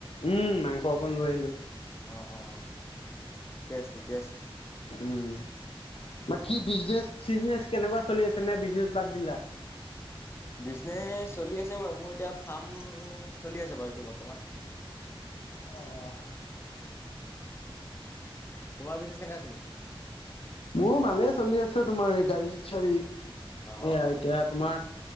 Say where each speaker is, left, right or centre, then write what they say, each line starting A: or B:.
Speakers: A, on the left; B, on the left.
A: উম মাংস অকণ লৈ আহিলো
B: অঁ অঁ অ ঠিকে আছে ঠিকে আছে
A: উম বা কি বিজনেচ চিজনেচ কেনেকুৱা চলি আছে নে বিজনেচ বাদ দিলা
B: বিজনেচ চলি আছে বাৰু মোৰ এতিয়া ফাৰ্ম চলি আছে বাৰু এতিয়া বৰ্তমান
A: অঁ
B: তোমাৰ বিজনে কেনেকে চলছে
A: মোৰো ভালেই চলি আছে তোমাৰ এই গাড়ী চাৰি এয়া
B: অ' অ' অ'
A: এতিয়া তোমাৰ